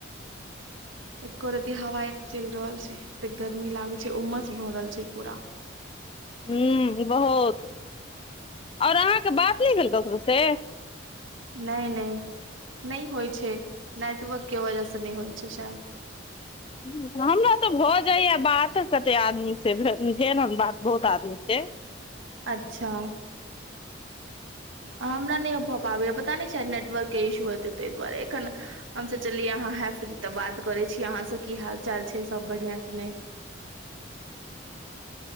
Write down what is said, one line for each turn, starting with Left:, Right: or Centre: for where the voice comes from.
Right: एको रति हवाए नै चैल रहल छै तऽ गर्मी लागे छै, उमस भऽ रहल छै पूरा।
Left: हुं बहोत और अहाँ के बात नै भेल ककरो से।
Right: नै-नै, नै होय छै, नेटवर्क के वजह से नै होय छै शायद।
Left: हुं हमरा तऽ भऽ जायया बात, कते आदमी से भेल उम्म भेलहन बात बहुत आदमी से। <inaudible>
Right: अच्छा। हमरा नै भऽ पाबैया, पता नै शायद नेटवर्क के इश्यू हेतै तै दुआरे एखन हम सोचलिये अहाँ हाएब फ्री तऽ बात करै छी अहाँ से की हाल-चाल छै सब बढ़ियाँ की नै।